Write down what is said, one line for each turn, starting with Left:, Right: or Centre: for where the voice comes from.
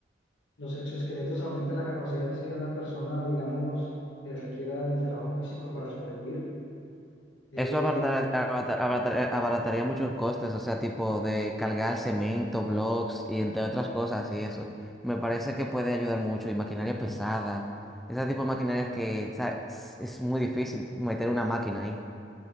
Left: Los exoesqueletos aumentan la capacidad física de una persona, digamos, que requiera del trabajo físico para sobrevivir. Eh,
Centre: Eso abaratar- abaratar- abaratar- abarataría muchos costes, o sea, tipo de cargar cemento, blocks y entre otras cosas y eso. Me parece que puede ayudar mucho y maquinaria pesada. Ese tipo de maquinarias que, o sea, es, es muy difícil meter una máquina ahí.